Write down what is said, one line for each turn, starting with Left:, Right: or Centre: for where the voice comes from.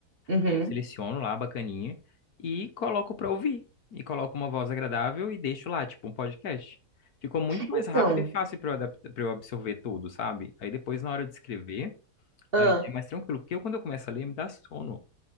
Right: uhum.
Left: aí eu seleciono lá a bacaninha e coloco pra ouvir. E coloco uma voz agradável e deixo lá, tipo, um podcast. Ficou muito mais
Right: Então,
Left: rápido e fácil para eu adaptar, para eu absorver tudo, sabe? Aí depois, na hora de escrever, aí
Right: ah,
Left: é mais tranquilo, porque eu, quando eu começo a ler, me dá sono.